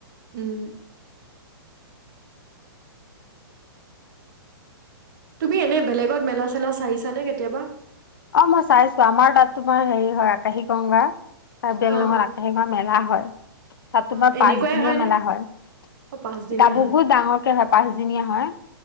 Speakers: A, on the right; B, on the left.
A: উম তুমি এনে বেলেগত মেলা-চেলা চাইছানে কেতিয়াবা?
B: অ' মই চাইছো আমাৰ তাত তোমাৰ হেৰি হয় আকাশী গংগা কাৰ্বিংলঙৰ
A: অ' অ'
B: আপেগোৱা মেলা হয় তাত তোমাৰ
A: অ' এনেকুৱাই
B: পাঁচদিনীয়া
A: হয়নে?
B: মেলা হয়
A: অ' পাঁচদিনীয়া
B: গা বহুত
A: হয়।
B: ডাঙৰকে হয় পাঁচদিনীয়া হয়